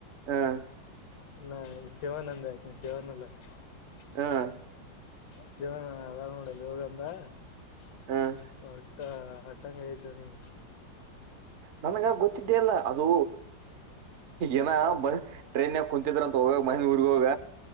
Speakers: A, on the right (about 55°); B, on the left (about 75°).
A: ಹ <unintelligible>
B: ನಾ ಸೇವಾನಂದ ಅಕೆನ ಸೇವಾನಲ್ಲ? <unintelligible>
A: ಅ <unintelligible>
B: ಶಿವಣ್ಣ ಅದಾನ ನೋಡಲ್ಲಿ ಹೋಗಂದಾ? <unintelligible>
A: ಹ್ಮ್
B: ತ್ತ ಹಟ್ಟಂಗ ಆತನಿ
A: ನನ್ಗ ಗೊತ್ತಿದ್ದೆ ಅಲ್ಲ ಅದು ಏನ ಟ್ರೈನ್ ಕು ತ್ರ ಅಂತ ಹೋಗಾಗ ಮಹಂದ ಊರ್ಗ ಹೋಗ